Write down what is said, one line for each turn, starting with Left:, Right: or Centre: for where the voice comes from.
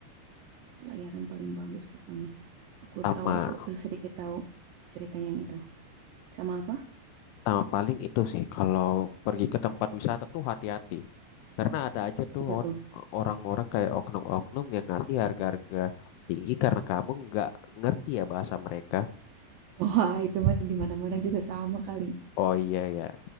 Right: Pelayaran paling bagus pokoknya. Aku
Left: sama,
Right: tahu tuh eh, sedikit tahu cerita yang itu. Sama apa?
Left: sama paling itu sih kalau pergi ke tempat wisata tuh hati-hati. Karena ada aja tuh
Right: Apa
Left: on-
Right: tuh?
Left: orang-orang kayak oknum-oknum yang ngasih harga-harga tinggi karena kamu nggak ngerti ya bahasa mereka.
Right: <laughs> Wah, itu mah di mana-mana juga sama kali.
Left: Oh iya ya.